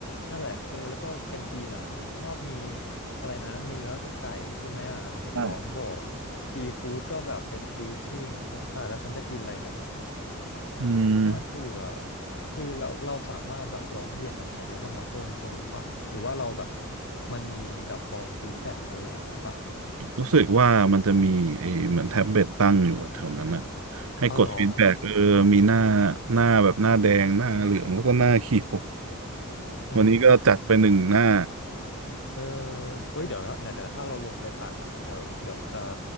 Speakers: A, on the left; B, on the right.
A: นั่นแหละเออแล้วก็แคนทีนอ่ะชอบมีอะไรนะเนื้อกับไก่ใช่ไหมอ่ะเห็นน้องบอก
B: ใช่
A: ซีฟู้ดก็แบบเป็นฟรีซิ่งโอ้ตายแล้วฉันจะกินอะไรเนี่ย
B: อืม
A: น่าเบื่อคือเราเราสามารถแบบร้องเรียนกับใครได้บ้างวะต้นพอรู้ปะหรือว่าเราแบบมันมีแบบฟอร์มฟีดแบ็กอะไรอย่างนี้ปะ
B: รู้สึกว่ามันจะมีเออเหมือนแท็บเล็ตตั้งอยู่อะแถวนั้นอะให้กดฟีดแบ็กเออมีหน้า
A: อ๋อเหรอ
B: หน้าแบบหน้าแดงหน้าเหลืองแล้วก็หน้าเขียว
A: อือหือ
B: วันนี้ก็จัดไปหนึ่งหน้า
A: เออเอ้ยเดี๋ยวถ้าเนี่ยเดี๋ยวถ้าเราลงไปตักอ่ะเดี๋ยวเดี๋ยวจะ